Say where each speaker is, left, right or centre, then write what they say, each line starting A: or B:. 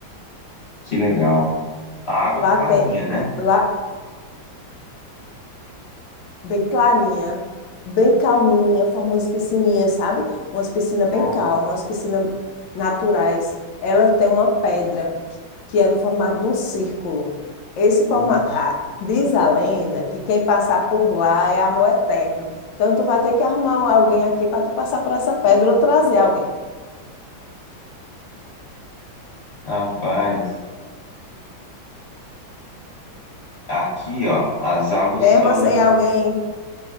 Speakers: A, on the left; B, on the left.
A: Que legal. A água
B: Lá
A: clarinha,
B: tem,
A: né?
B: lá Bem clarinha, bem calminha, forma umas piscininhas, sabe? Umas piscinas bem
A: Nossa,
B: calmas, umas piscinas naturais. Ela tem uma pedra que, que é no formato de um círculo. Esse formato,
A: nossa,
B: diz a lenda que quem passar por lá é amor eterno. Então tu vai ter que arrumar um, alguém aqui para tu passar por essa pedra ou trazer alguém.
A: rapaz. Aqui, ó, as águas
B: Tem
A: são.
B: você e alguém?